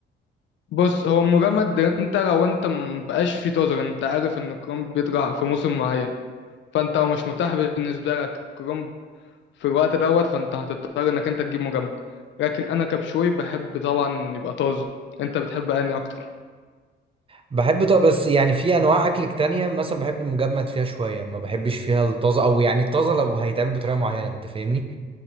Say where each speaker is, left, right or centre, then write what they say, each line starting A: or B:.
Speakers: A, on the left; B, on the right.
A: بص هو مجمد انت لو انت مبقاش في تزر انت عارف ان الكرنب بيطلع في موسم معين فانت لو مش متاح بالنسبه لك الكرنب في الوقت دوت فانت هتضطر انك انت تجيب مجمد لكن انا كبشوي بحب طبعا يبقى طازه انت بتحب اني اكتر
B: بحب طب بس يعني في انواع اكل تانية مثلا بحب المجمد فيها شوية ما بحبش فيها الطازة او يعني الطازة لو هيتعمل بطريقة معينة انت فاهمني